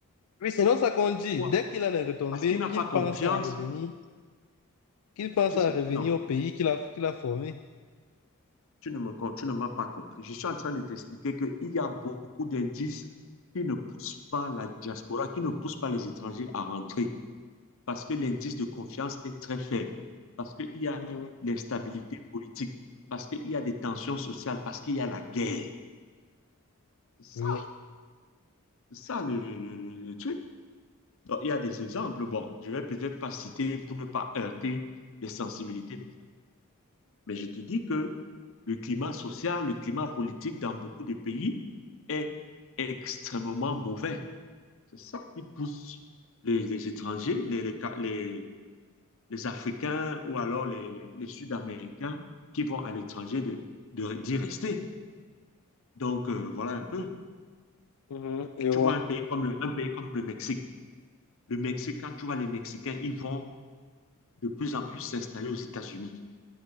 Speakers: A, on the left (about 85°); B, on the left (about 65°).
A: Oui, sinon ça qu'on dit,
B: Pourquoi?
A: dès qu'il a les retombées,
B: Parce qu'il n'a
A: qu'il
B: pas confiance.
A: pense à revenir, qu'il pense
B: Je
A: à
B: sais-
A: revenir
B: non.
A: au pays qu'il a, qu'il a formé.
B: tu ne me, tu ne m'as pas compris. Je suis en train de t'expliquer qu'il y a beaucoup d'indices qui ne poussent pas la diaspora, qui ne poussent pas les étrangers à rentrer, parce que l'indice de confiance est très faible, parce qu'il y a
A: Mhm.
B: l'instabilité politique, parce qu'il y a des tensions sociales, parce qu'il y a la guerre. ça,
A: Oui.
B: ça le, le- le- truc. Donc, il y a des exemples. Bon, je ne vais peut-être pas citer pour ne pas heurter les sensibilités des Mais je te dis que le climat social, le climat politique dans beaucoup de pays est extrêmement mauvais. C'est ça qui pousse les, les étrangers, les, les, les, les Africains ou alors les, les, les Sud-Américains qui vont à l'étranger d'y de, d'y rester. Donc, euh, voilà un peu.
A: Mhm. Je
B: Tu
A: vois.
B: vois un pays, comme le, un pays comme le Mexique. Le Mexique, quand tu vois les Mexicains, ils vont de plus en plus s'installer aux États-Unis.